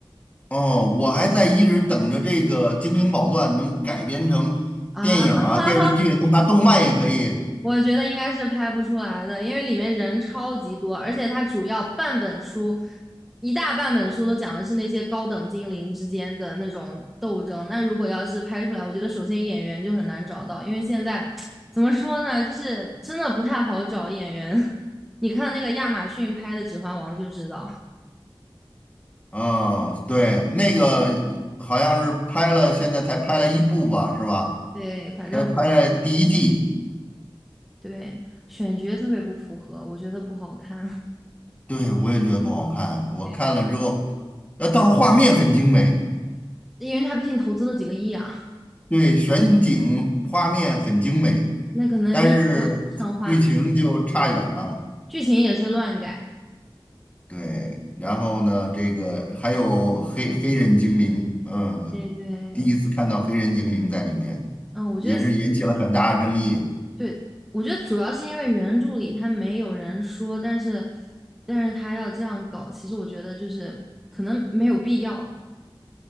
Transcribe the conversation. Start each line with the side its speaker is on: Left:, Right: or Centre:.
Left: 哦，我还在一直等着这个《精灵宝钻》能改编成电影儿啊、
Centre: 啊。<laughs>
Left: 电视剧，那它动漫也可以。
Centre: 我觉得应该是拍不出来的，因为里面人超级多，而且它主要半本书，一大半本书都讲的是那些高等精灵之间的那种斗争。那如果要是拍出来，我觉得首先演员就很难找到，因为现在怎么说呢，就是真的不太好找演员。<laughs> 你看那个亚马逊拍的《指环王》就知道，
Left: 啊，对，那个好像是拍了，现在才拍了一部吧，是吧？
Centre: 对，反正不
Left: 才拍了第一季。
Centre: 对，选角特别不符合，我觉得不好看。
Left: 对，我也觉得不好看，
Centre: <laughs>
Left: 我看了之后，
Centre: 对，
Left: 那倒是画面很精美。
Centre: 因为他毕竟投资了几个亿啊，
Left: 对，选景画面很精美，
Centre: 那可能那要上画面。
Left: 但是剧情就差远了。
Centre: 剧情也是乱改。
Left: 对，然后呢，
Centre: 对，
Left: 这个还有黑黑人精灵，嗯，
Centre: 对对，
Left: 第一次看到黑人精灵在里面，
Centre: 嗯，我觉得
Left: 也是引起了很大的争议。
Centre: 对，我觉得主要是因为原著里他没有人说，但是但是他要这样搞，其实我觉得就是可能没有必要，